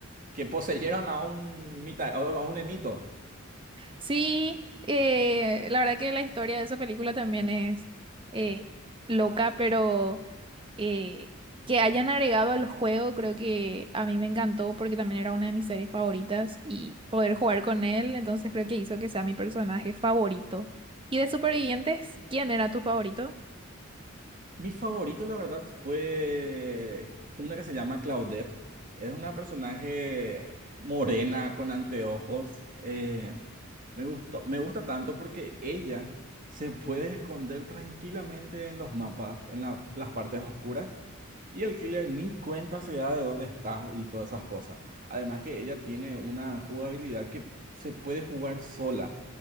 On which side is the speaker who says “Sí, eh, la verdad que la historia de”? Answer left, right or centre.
Right